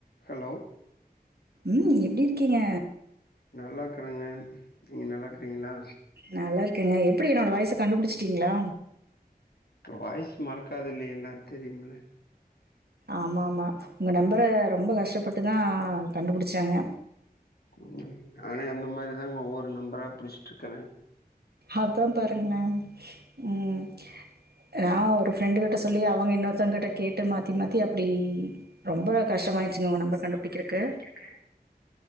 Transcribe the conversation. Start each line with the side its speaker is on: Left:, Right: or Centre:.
Left: Hello
Right: ம் எப்டி இருக்கீங்க
Left: நல்லாருக்குறேங்க நீங்க நல்லா இருக்கறீங்களா
Right: நல்லாருக்கேங்க எப்புடி என்னோட வாய்ச கண்டுபுடிச்சிட்டிங்களா
Left: உங்க வாய்ஸ் மறக்காதுல்லைங்களா தெரியும்ல
Right: ஆமா ஆமா உங்க நம்பர ரொம்ப கஷ்டப்பட்டு தா கண்டுபுடிச்சாங்க
Left: ம் நானே அந்த மாரிதாங்க ஒவ்வொரு நம்பரா புடிச்சிட்டுருக்கற
Right: அதா பாருங்களே ம் நா ஒரு ஃப்ரெண்டு கிட்ட சொல்லி அவங்க இன்னொருத்தவங்கிட்ட கேட்டு மாத்தி மாத்தி அப்டியே ரொம்ப கஷ்டமாயிடுச்சுங்க உங்க நம்பர் கண்டுபுடிக்கிறக்கு
Left: ஆ